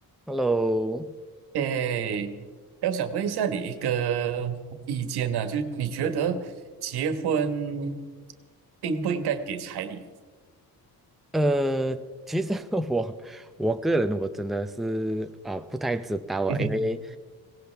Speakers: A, in the centre; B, on the right (about 85°).
A: Hello，
B: 诶，哎我想问一下你一个意见呢、就你觉得结婚
A: 对
B: 应不应该给彩礼？
A: 呃，其实 <laughs> 我我个人我真的是啊、不太知道啊，
B: <laughs> 嗯哼，
A: 因为